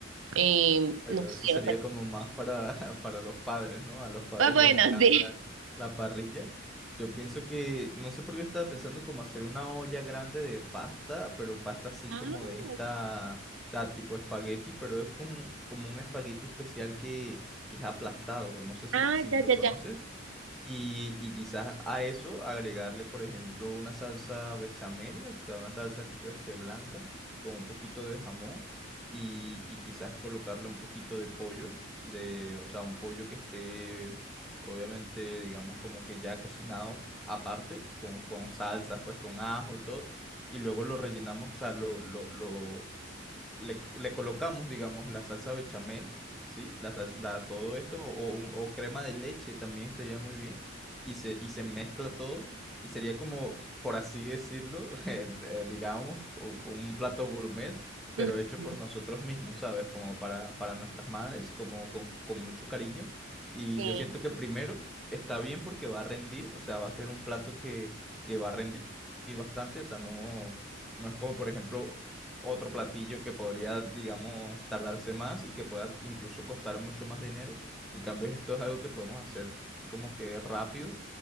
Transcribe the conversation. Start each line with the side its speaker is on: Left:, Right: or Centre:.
Right: eh,
Centre: Pero
Right: no sé,
Centre: eso sería
Right: o sea,
Centre: como más para, <laughs> para los padres, ¿no? A los padres
Right: ah, bueno,
Centre: les encanta
Right: <laughs> sí.
Centre: la parrilla. Yo pienso que, no sé por qué estaba pensando como hacer una olla grande de pasta, pero pasta así
Right: Ah,
Centre: como de esta,
Right: ok.
Centre: o sea, tipo espagueti, pero es como, como un espagueti especial que, que es aplastado. No sé si,
Right: Ah,
Centre: si
Right: ya,
Centre: lo
Right: ya,
Centre: conoces.
Right: ya.
Centre: Y, y quizás a eso agregarle, por ejemplo, una salsa bechamel, o sea, una salsa este, blanca con un poquito de jamón y, y quizás colocarle un poquito de pollo, de, o sea, un pollo que esté, obviamente, digamos, como que ya cocinado aparte, con, con salsas, pues con ajo y todo, y luego lo rellenamos, o sea, lo, lo, lo, le, le colocamos, digamos, la salsa bechamel, ¿sí? La, sals- la- todo esto, o, o un- o crema de leche también estaría muy bien, y se, y se mezcla todo, y sería como, por así decirlo, <laughs> eh, eh, digamos, u- un, plato gourmet, pero
Right: Ujú.
Centre: hecho
Right: Ujú.
Centre: por nosotros mismos, ¿sabes? Como para, para nuestras madres, como con, con mucho cariño, y
Right: Sí.
Centre: yo siento que primero está bien porque va a rendir, o sea, va a ser un plato que, que va a rendir bastante, o sea, no... No es como, por ejemplo, otro platillo que podría, digamos, tardarse más y que pueda incluso costar mucho más dinero. En cambio, esto es algo que podemos hacer como que rápido.